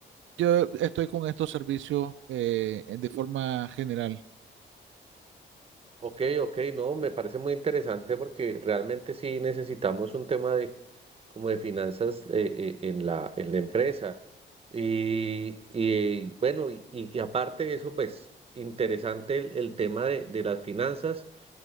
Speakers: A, on the right; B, on the right.
A: yo estoy con estos servicios eh, de forma general.
B: ok, ok, no, me parece muy interesante porque realmente sí necesitamos un tema de como de finanzas eh, eh, en la, en la empresa. Y, y bueno, y, y aparte de eso, pues interesante el, el tema de, de las finanzas.